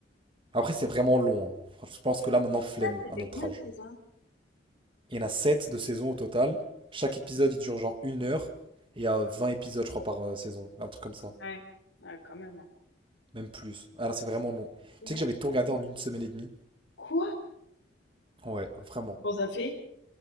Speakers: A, on the right (about 25°); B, on the left (about 80°).
A: Après, c'est vraiment long. hein. Franchement, Je pense que là, maintenant, flemme
B: Ah, c'était
A: à notre
B: combien
A: âge.
B: de saisons?
A: Il y en a 7 de saison au total. Chaque épisode, il dure genre une heure. Et il y a 20 épisodes, je crois, par euh, saison. Un truc comme ça.
B: Ouais, ah, quand même. hein.
A: Même plus. Ah là, c'est vraiment long.
B: Et
A: Tu
B: moi,
A: sais que j'avais tout regardé en une semaine et demie.
B: quoi?
A: Ouais, vraiment.
B: Comment ça fait?